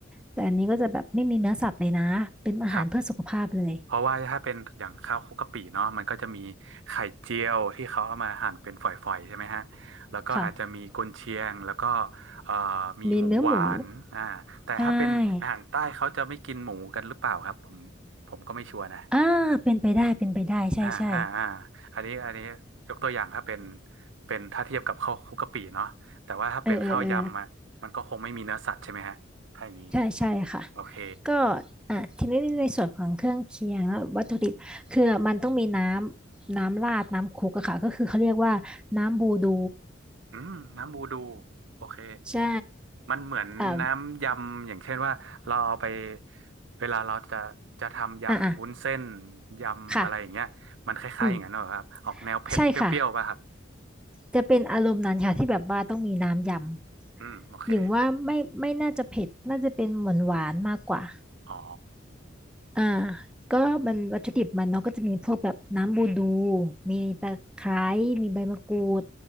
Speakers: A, in the centre; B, on the right (about 75°).
A: แต่อันนี้ก็จะแบบไม่มีเนื้อสัตว์เลยนะเป็นอาหารเพื่อสุขภาพเลย
B: ครับเพราะว่าถ้าเป็นอย่างข้าวคลุกกะปิเนาะมันก็จะมีไข่เจียวที่เขาเอามาหั่นเป็นฝอยๆใช่ไหมฮะแล้วก็อาจจะมีกุนเชียงแล้วก็
A: ค่ะ
B: เอ่อมีหมูหวานอ่าแต่ถ้าเป็นอาหารใต้เขาจะไม่กินหมูกันหรือเปล่าครับผมผมก็ไม่ชัวร์นะ
A: มีเนื้อหมูใช่ อ่าเป็นไปได้เป็นไปได้ใช่ใช่
B: อ่าอ่าอ่าอันนี้อันนี้ยกตัวอย่างถ้าเป็นเป็นถ้าเทียบกับข้าวคลุกกะปิเนาะแต่ว่าถ้าเป็นข้าวยำอ่ะมันก็คงไม่มีเนื้อสัตว์ใช่ไหมฮะถ้าอย่างนี้
A: เออเออเออใช่ใช่ค่ะ
B: โอเค
A: ก็อ่ะทีนี้ในส่วนของเครื่องเคียงแล้ววัตถุดิบคือมันต้องมีน้ำน้ำราดน้ำคลุกอะค่ะก็คือเขาเรียกว่าน้ำบูดู
B: อืมน้ำบูดูโอเค
A: ใช่
B: มันเหมือนน้ำยำอย่างเช่นว่าเราเอาไป
A: อ่า
B: เวลาเราจะจะทำยำวุ้นเส้น
A: อ่าอ่ะ
B: ยำอะไรอย่างเงี้ยมันคล้ายๆอย่างนั้นเหรอครับออกแนวเผ็ดเปรี้ยวๆป่ะครับ
A: ค่ะอืมใช่ค่ะจะเป็นอารมณ์นั้นค่ะที่แบบว่าต้องมีน้ำยำอย่างว่าไม่ไม่น่าจะเผ็ดน่าจะเป็นหวานหวานมากกว่า
B: อืมโอเคอ๋อ
A: อ่าก็มันวัตถุดิบมันเนาะก็จะมีพวกแบบน้ำบูดูมีตะไคร้มีใบมะกรูด